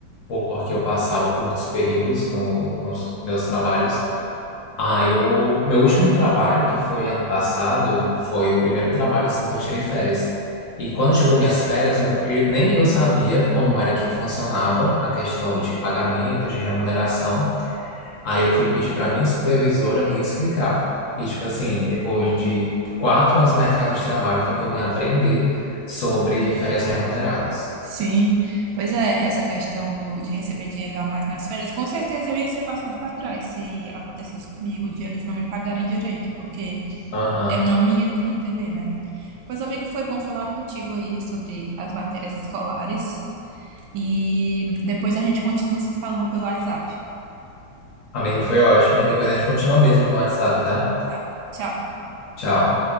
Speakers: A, on the left; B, on the right.
A: porque eu passava curtos períodos no, nos meus trabalhos. Aí o meu último trabalho, que foi ano passado, foi o primeiro trabalho assim que eu tirei férias. E quando chegou minhas férias, eu, eu- nem eu sabia como era que funcionava a questão de pagamento, de remuneração. Aí eu fui pedir para minha supervisora me explicar. E tipo assim, depois de quatro anos no mercado de trabalho, foi que eu vim aprender sobre férias remuneradas.
B: Sim, pois é, essa questão do, de receber dinheiro a mais nas férias, com certeza eu ia ser passado para trás se acontecesse comigo de eles não me pagarem direito, porque
A: Aham.
B: eu não ia entender, né? Pois, amigo, foi bom falar contigo aí sobre as matérias escolares e depois a gente continua se falando pelo WhatsApp,
A: Amiga, foi ótimo. E depois a gente continua mesmo no WhatsApp, tá?
B: tá? Tchau.
A: Tchau.